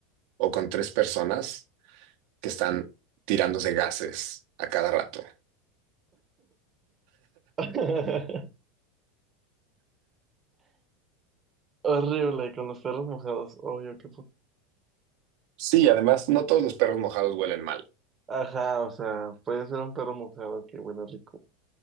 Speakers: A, on the right; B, on the right.
A: o con tres personas? que están tirándose gases a cada rato.
B: <laughs> Horrible, con los perros mojados. Obvio, qué puto.
A: Sí, además, no todos los perros mojados huelen mal.
B: Ajá, o sea, puede ser un perro mojado que huele rico.